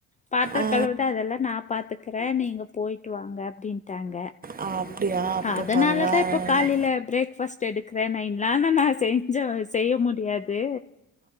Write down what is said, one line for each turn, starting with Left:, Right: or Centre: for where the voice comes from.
Left: பாத்திர
Right: ஆ
Left: கழுவறது அதெல்லா நா பாத்துக்கற நீங்க போயிட்டு வாங்க அப்டின்ட்டாங்க
Right: ஆ அப்படியா அப்போ
Left: அதனாலதா
Right: பரவால்ல
Left: இப்ப காலில பிரேக்ஃபாஸ்ட் எடுக்றே நா இ நானா நான் செஞ்சா செய்ய முடியாது